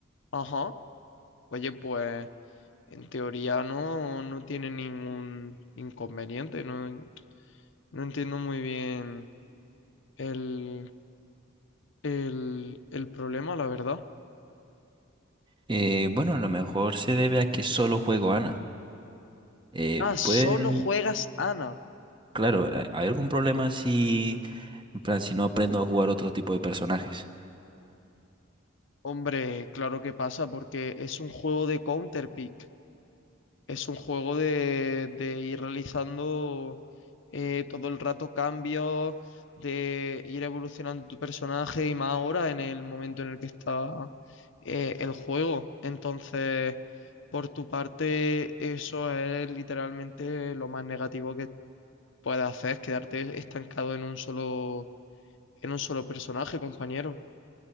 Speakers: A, on the left (about 65°); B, on the right (about 25°).
A: Ajá. Oye, pues En teoría no, no tiene ningún inconveniente. No, no entiendo muy bien el, el, el problema, la verdad.
B: Eh, bueno, a lo mejor se debe a que solo juego Ana. Eh,
A: Ah, solo
B: pues
A: juegas Ana.
B: claro, eh, ¿hay algún problema si, en plan, si no aprendo a jugar otro tipo de personajes?
A: Hombre, claro que pasa porque es un juego de Counterpick. Es un juego de, de ir realizando eh, todo el rato cambios, de ir evolucionando tu personaje y más ahora en el momento en el que está eh, el juego. Entonces, por tu parte, eso es literalmente lo más negativo que puedes hacer, es quedarte estancado en un solo, en un solo personaje, compañero.